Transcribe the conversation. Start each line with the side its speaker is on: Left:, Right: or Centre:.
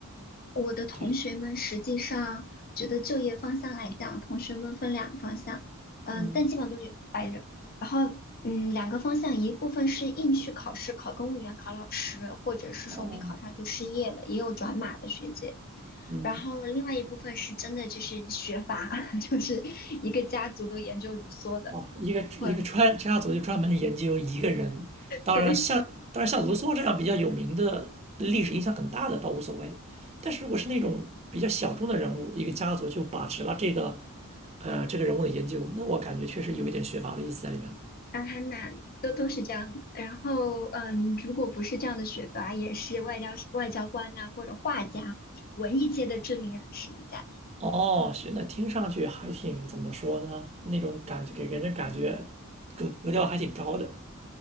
Left: 我的同学们实际上觉得就业方向来讲，
Right: 对，
Left: 同学们分两个方向，嗯，
Right: 嗯，
Left: 但基本上都是有白人。然后，嗯，两个方向，一部分是硬去考试，考公务员、考老师，或者是说没考上就失业的，
Right: 哦，
Left: 也有转码的学姐。
Right: 嗯，
Left: 然后另外一部分是真的就是学法，<laughs> 就是一个家族都研究卢梭的，
Right: 哦，一个一个专家族就专门研究一个人，
Left: 会，
Right: 当然像当然像卢梭这样比较有名的历史影响很大的倒无所谓，
Left: 对。
Right: 但是如果是那种比较小众的人物，一个家族就把持了这个呃这个人物的研究，那我感觉确实有一点学阀的意思在里面了。
Left: 啊，还蛮都都是这样的。然后，嗯，如果不是这样的学阀，也是外交外交官呐、或者画家、文艺界的知名人士的家庭。
Right: 哦，是，那听上去还挺怎么说呢？那种感觉给人的感觉格格调还挺高的，